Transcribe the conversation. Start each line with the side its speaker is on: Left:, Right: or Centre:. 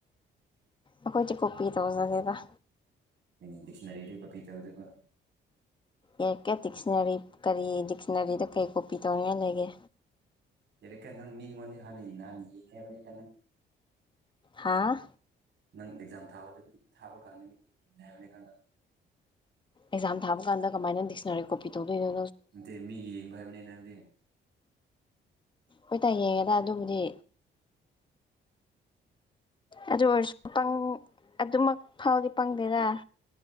Left: ꯑꯩꯈꯣꯏ ꯆꯀꯣꯄꯤ ꯇꯧꯖꯦꯗ
Right: <unintelligible> ꯗꯤꯛꯁꯅꯔꯤꯗꯤ ꯄꯄꯤ <unintelligible>
Left: ꯌꯥꯏ ꯀꯦ ꯗꯤꯛꯁꯟꯅꯔꯤ ꯀꯔꯤ ꯗꯤꯛꯁꯅꯔꯤꯗ ꯀꯩ ꯀꯣꯄꯤ ꯇꯧꯅꯤꯡꯉꯥꯏ ꯂꯩꯒꯦ
Right: <unintelligible> ꯅꯪ ꯃꯤꯉꯣꯟꯗꯤ ꯍꯥꯟꯅ ꯅꯍꯥꯟ ꯌꯦꯡꯉꯦ ꯍꯥꯏꯕꯅꯤꯀ ꯅꯪ
Left: ꯍꯥꯥ
Right: ꯅꯪ ꯑꯦꯛꯖꯥꯝ ꯊꯥꯕꯗ ꯊꯥꯕ ꯀꯥꯟꯗꯅꯤ ꯌꯦꯡꯅꯦ ꯍꯥꯏꯕ <unintelligible>
Left: ꯑꯦꯛꯖꯥꯝ ꯊꯥꯕ ꯀꯟꯗ ꯀꯃꯥꯏꯅ ꯗꯤꯛꯁꯅꯔꯤ ꯀꯣꯄꯤ ꯇꯧꯕꯣꯏꯅꯣ
Right: ꯅꯠꯇꯦ ꯃꯤꯒꯤ ꯌꯦꯡꯕ ꯍꯥꯏꯕꯅꯤ ꯍꯥꯏꯕꯗꯤ
Left: ꯍꯣꯏꯇꯥ ꯌꯦꯡꯉꯦꯗ ꯑꯗꯨꯕꯨꯗꯤ ꯑꯗꯨ ꯑꯣꯏꯔꯁꯨ <unintelligible> ꯑꯗꯨꯃꯛ ꯐꯥꯎꯗꯤ ꯄꯪꯗꯦꯔ